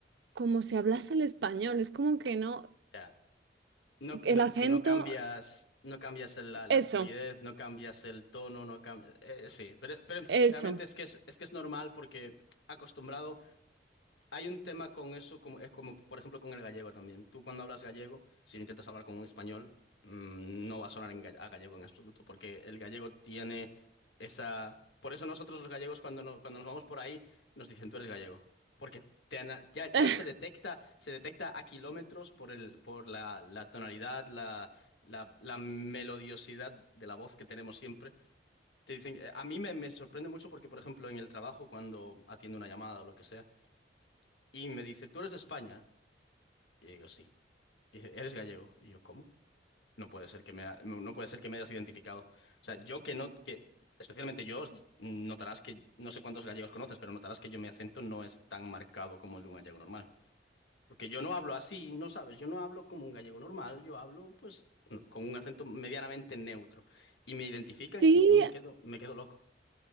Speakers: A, on the right (about 70°); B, on the left (about 80°).
A: como si hablase el español. Es como que no,
B: Ya. No,
A: el
B: no,
A: acento,
B: no cambias, no cambias el- la, la
A: eso,
B: fluidez, no cambias el tono, no cambias. sí, pero, pero
A: eso.
B: realmente es que es, es que es normal porque acostumbrado. Hay un tema con eso, como, es como, por ejemplo, con el gallego también. Tú cuando hablas gallego, si intentas hablar con un español, mm, no va a sonar en ga- a gallego en absoluto, porque el gallego tiene esa... Por eso nosotros los gallegos cuando, no- cuando nos vamos por ahí, nos dicen tú eres gallego, porque te ana- ya, ya
A: <laughs>
B: se detecta, se detecta a kilómetros por el, por la, la tonalidad, la, la, la melodiosidad de la voz que tenemos siempre. Te dicen, eh, a mí me, me sorprende mucho porque, por ejemplo, en el trabajo, cuando atiendo una llamada o lo que sea, y me dice, ¿tú eres de España? Y digo, sí. Y dice, ¿eres gallego? Y yo, ¿cómo? No puede ser que me, ha- no no puede ser que me hayas identificado. O sea, yo que no, que, especialmente yo, notarás que, no sé cuántos gallegos conoces, pero notarás que yo mi acento no es tan marcado como el de un gallego normal. Porque yo no hablo así, no sabes, yo no hablo como un gallego normal, yo hablo, pues, con un acento medianamente neutro. Y me identifican
A: Sí,
B: y yo me quedo, me quedo loco.